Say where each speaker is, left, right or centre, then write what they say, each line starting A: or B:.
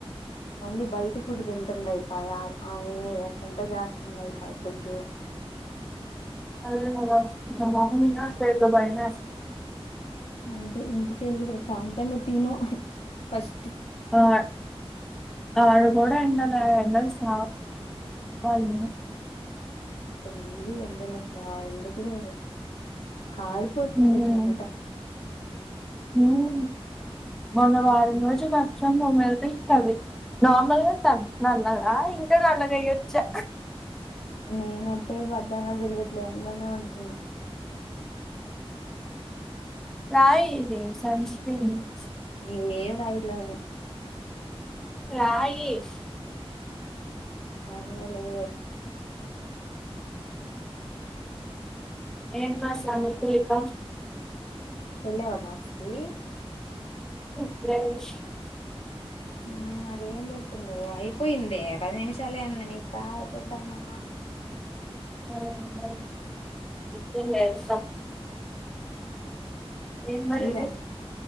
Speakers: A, on the left (about 75°); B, in the centre.
A: మళ్ళీ బయట ఫుడ్ తింటుండయిపాయా ఆమే వంట చేస్తుండ అయిపాయి ఫుడ్డు
B: <unintelligible> బయమేస్త
A: అదే ఇంటికెళ్ళి ప్రశాంతంగా తిను ఫస్
B: ఆ ఆడగూడ ఎండలా ఎండల సా <unintelligible>
A: ఫుల్లుగ ఎండలసలా ఎందుకులే కారిపోతుంది
B: హ్మ్.
A: చెమట
B: హ్మ్. మొన్న వారం రోజు <unintelligible> నార్మల్గా త నల్లగా ఇంకా నల్లగ అయ్యొచ్చా
A: నేనంటే <unintelligible> అందులోనే ఉంటున్నా
B: రాయేది <unintelligible>
A: ఇంగేం రాయలే నేను
B: రాయేష్
A: సరేలే
B: ఏంట్రాసంగతీ ఇక
A: వెళ్ళావా బాక్స్ కి
B: ఫ్రేష్
A: ఉమ్ మరేం పెట్టిందో అయిపోయిందే పది నిమిషాలే ఉంది మింకాల్తొద్దమ్మా
B: <unintelligible>
A: <inaudible>
B: ఎం మరి
A: హెయిర్